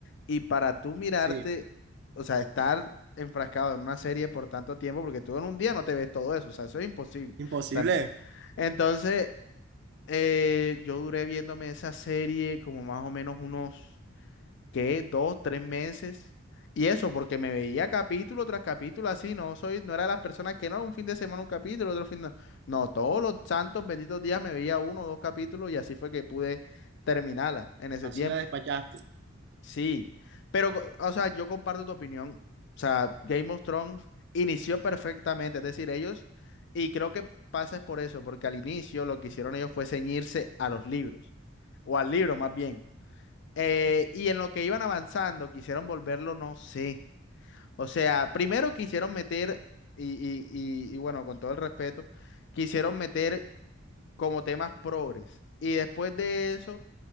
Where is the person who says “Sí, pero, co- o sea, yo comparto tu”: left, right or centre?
Left